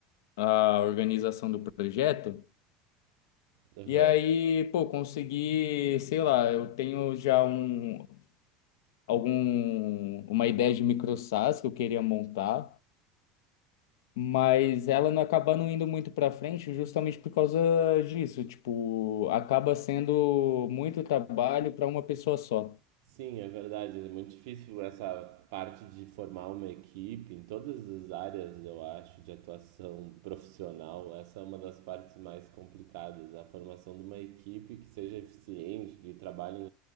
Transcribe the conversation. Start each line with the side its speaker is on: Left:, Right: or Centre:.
Left: a organização do projeto.
Right: Aham.
Left: E aí, pô, consegui, sei lá, eu tenho já um, algum, uma ideia de micro SaaS que eu queria montar, mas ela não acaba não indo muito para frente justamente por causa disso. Tipo, acaba sendo muito trabalho para uma pessoa só.
Right: Sim, é verdade. É muito difícil essa parte de formar uma equipe em todas as áreas, eu acho, de atuação profissional. Essa é uma das partes mais complicadas, a formação de uma equipe que seja eficiente, que trabalhe